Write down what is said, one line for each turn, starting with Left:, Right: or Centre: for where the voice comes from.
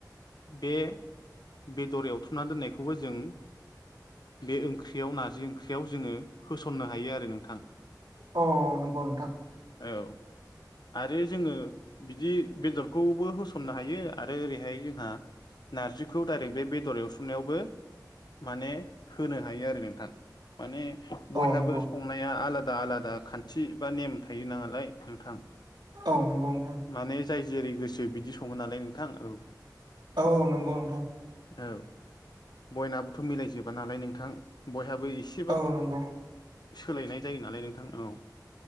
Left: बे बेदर एवथुना दोननायखौबो जों बे ओंख्रियाव नारजि ओंख्रियाव जोंङो होसननो हायो आरो नोंथां
Right: अ नंगौ नोंथां
Left: औ आरो जोंङो बिदि बेदरखौबो होसननो हायो आरो ओरैहाय जोंहा नार्जिखौ डायरेक्ट बे बेदर एवसोमनायावबो माने होनो हायो आरो नोंथां माने
Right: औ
Left: बयहाबो
Right: नंगौ
Left: संनाया आलादा आलादा खान्थि बा नेम थायो नांलाय नोंथां
Right: औ नंगौ नोंथां
Left: माने जाय जेरै गोसो बिदि संङो नालाय नोंथां औ
Right: औ औ नंगौ नोंथां
Left: औ बयनाबोथ' मिलायजोबा नालाय नोंथां बयहाबो एसे
Right: औ नंगौ
Left: सोलायनाय जायो नालाय नोंथां औ